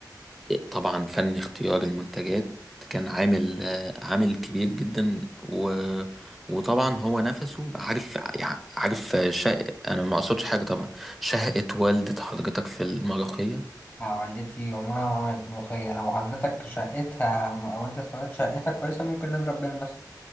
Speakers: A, in the centre; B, on the left (about 25°).
A: طبعا فن اختيار المنتجات كان عامل آه، عامل كبير جدا و... وطبعا هو نفسه عارف يع- عارف آه، شا... انا ما اقصدش حاجه طبعا شهقت والدة حضرتك في المرخيه
B: آه والدتي عمرها ما عملت ملوخية لو حضرتك شقتها م- والدة حضرتك شقتها كويسة ممكن نضرب بيها المثل